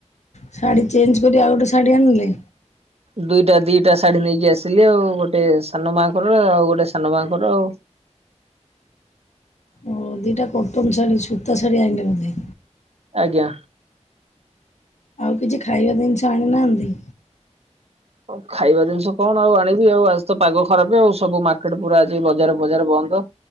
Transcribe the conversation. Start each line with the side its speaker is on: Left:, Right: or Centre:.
Left: ଶାଢ଼ୀ ଚେଞ୍ଜ୍ କରି, ଆଉ ଗୋଟେ ଶାଢ଼ୀ ଆଣିଲେ?
Right: ଦୁଇଟା ଦିଟା ଶାଢୀ ନେଇକି ଆସିଲି ଆଉ। ଗୋଟେ ସାନ ମାଙ୍କର, ଆଉ ଗୋଟେ ସାନ ମାଙ୍କର ଆଉ।
Left: ହଁ, ଦିଟା କଟନ୍ ଶାଢ଼ୀ ସୁତା ଶାଢ଼ୀ ଆଇଁଲେ ବୋଧେ!
Right: ଆଜ୍ଞା।
Left: ଆଉ କିଛି ଖାଇବା ଦିନିଷ ଆଣିନାହାଁନ୍ତି?
Right: ଆଉ ଖାଇବା ଜିନିଷ କଣ ଆଉ ଆଣିବି? ଆଉ ଆଜି ତ ପାଗ ଖରାପ ଆଉ ସବୁ ମାର୍କେଟ ପୁରା, ଆଜି ବଜାର ଫଜାର ବନ୍ଦ।